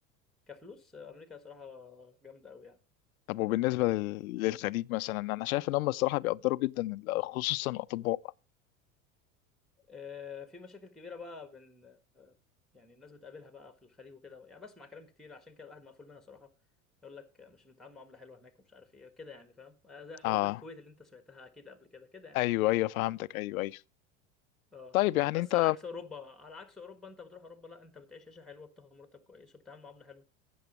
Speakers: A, in the centre; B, on the left.
A: كفلوس امريكا صراحه جامده قوي يعني
B: طب وبالنسبه لل- للخليج مثلا انا شايف ان هم الصراحه بيقدروا جدا ال- خصوصا الاطباء
A: آه، في مشاكل كبيره بقى بين آه، يعني الناس بتقابلها بقى في الخليج وكده يعني بسمع كلام كتير عشان كده الواحد مقفول منها صراحه يقول لك آه، مش بنتعامل معامله حلوه هناك ومش عارف ايه كده يعني فاهم آه، زي حوارات
B: اه
A: الكويت اللي انت سمعتها اكيد قبل كده كده يعني
B: ايوه ايوه فهمتك ايوه ايوه
A: اه
B: طيب يعني
A: بس
B: انت
A: على عكس اوروبا على عكس اوروبا انت بتروح اوروبا لا انت بتعيش عيشه حلوه بتاخد مرتب كويس وبتتعامل معامله حلوه